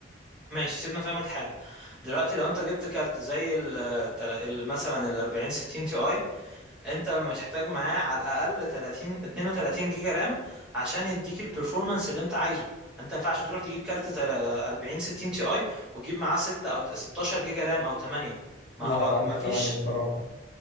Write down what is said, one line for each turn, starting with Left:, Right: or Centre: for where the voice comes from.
Centre: ماشي سيبنا فاهمك حاجه دلوقتي لو انت جبت كارت زي ال- التل- ال- مثلا ال 40 60 تي اي، انت محتاج معاه على الاقل 30 32 جيجا رام عشان يديك البرفورمانس اللي انت عايزه انت ما ينفعش تروح تجيب كارت تل- 40 60 تي اي وتجيب معاه 6 او 16 جيجا رام او 8 ما
Left: لا
Centre: هو
Left: انا عندي
Centre: ما
Left: 8
Centre: فيش
Left: الصراحة